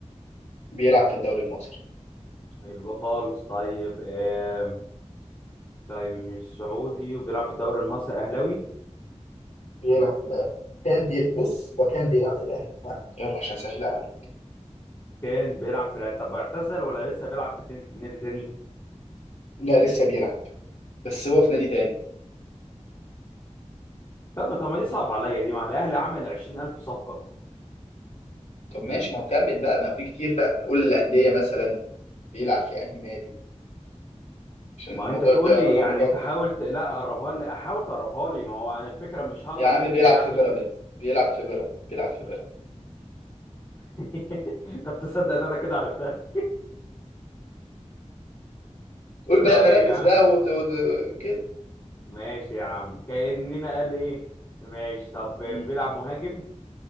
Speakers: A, on the left; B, on the left.
A: بيلعب في الدوري المصري
B: حلو خالص طيب آه طيب مش سعودي وبيلعب في الدوري المصري اهلاوي
A: بيلعب في الاهلي كان بيل... بص وكان بيلعب في الاهلي ها. يلا عشان سهلها عليك
B: كان بيلعب في الأهلي. طب اعتزل ولا لسه بيلعب في الد- نادي تاني
A: لا لسه بيلعب بس هو في نادي تاني
B: طب طب ما دي صعبة عليا دي ما الاهلي عمل 20000 صفقة
A: طب ماشي ما هو كمل بقى ما في كتير بقى قول الأندية مثلا بيلعب في أنهي نادي عشان
B: ما
A: الموضوع
B: انت تقول
A: يقرب
B: لي يعني
A: لك أكتر
B: انت حاول ت... لا قربها لي احاول تقربها لي ما هو انا الفكرة مش هقدر
A: يا عم
B: افتكر
A: بيلعب
B: يعني
A: في بيراميدز بيلعب في بيراميدز بيلعب في بيراميدز
B: <laughs> طب تصدق إن انا كده عرفتها
A: قول
B: طيب
A: بقى المراكز
B: يا عم
A: بقى وت... وت... كده
B: ماشي يا عم كأننا قال ايه ماشي طب بيلعب
A: مم.
B: مهاجم